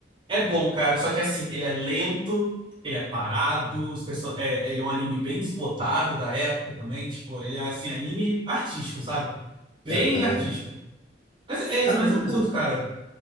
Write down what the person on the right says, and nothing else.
É bom, cara, só que assim, ele é lento, ele é parado, os perso- é, ele é um anime bem desbotado da época também, tipo, ele é assim, anime artístico, sabe? Bem
artístico. Mas, é,
mas
eu
curto, cara.